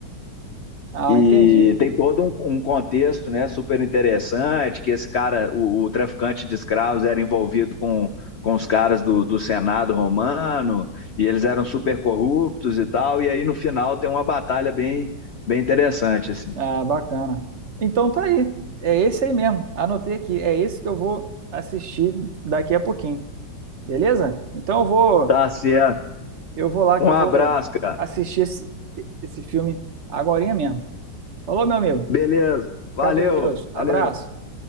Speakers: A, on the right; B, on the left.
A: Ah,
B: e
A: entendi.
B: tem todo um, um contexto, né? Super interessante, que esse cara, o, o traficante de escravos, era envolvido com, com os caras do, do Senado romano, e eles eram super corruptos e tal, e aí no final tem uma batalha bem, bem interessante, assim.
A: Ah, bacana. Então tá aí. É esse aí mesmo. Anotei aqui. É esse que eu vou assistir daqui a pouquinho. Beleza? Então eu vou,
B: Tá certo.
A: eu vou lá
B: Um
A: que eu
B: abraço,
A: vou
B: cara.
A: assistir esse, esse filme agorinha mesmo. Falou, meu amigo.
B: Beleza. Valeu,
A: Fica com Deus. Abraço.
B: valeu.